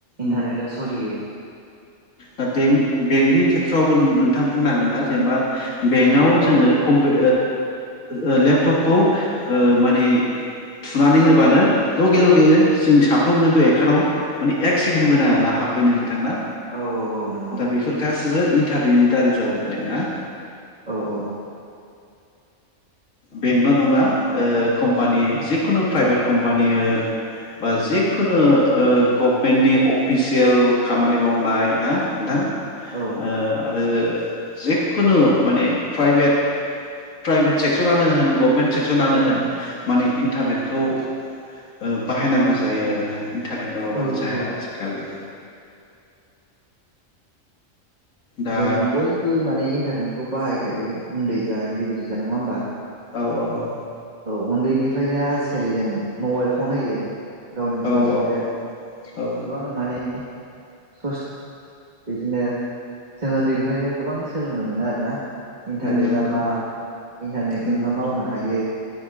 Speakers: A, on the right; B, on the left.
A: इन्टारनेटआ
B: उम
A: सलियो
B: दा बेंक बेंकनि खेथ्रआवबो नोंथां बुंनांगोन ना जेनेबा बेंकआव
A: औ
B: जोङो कमफुउ ओ लेपटपखौ ओ माने थुनानै होबानो लगे लगे जों साफ्रोमनोबो एकानडआव माने एक सेकेणडबो नाङा हाबफैनो नोंथां ना
A: औ औ औ नंगौ
B: दा बेफोर गासै बो इटादेरनि दारै जाजोबनाय ना
A: औ औ
B: बेंकल' नङा कम्पानि जिखुनु प्राइभेट कम्पानि होन बा
A: उम
B: जिखुन ओ गभमेन्टनि अफिसियेल खामानि मावनो बुंनाय ना नोंथां?
A: औ
B: ओ आ आरो जखुनु माने प्राइभेट प्राइभेट सेक्सनानो होन गभमेन्ट सेक्सनानो होन माने इन्टारनेटखौ ओ बाहायनांगौ जायो आरोना। थाखाय नङाबानो
A: औ
B: जाया
A: औ
B: आजिखालि दा
A: जों बयबो माने इन्टारनेटखौ बाहायखायो उन्दै जा गेजेर जा नङा होमबा?
B: औ औ औ
A: औ उन्दैनिफ्रायनो आजिखालि जों मबाइल फन होयो गावनि बिमा
B: औ औ
A: बिफाया
B: औ
A: गोबां माने स बिदिनो जों उन्दैनिफ्रायनो गोबां सोलोंनो मोनो आरोना इन्टारनेटआ
B: नंगौ नंगौ
A: मा इन्टारनेटजों
B: नंगौ
A: मा मावनो हायो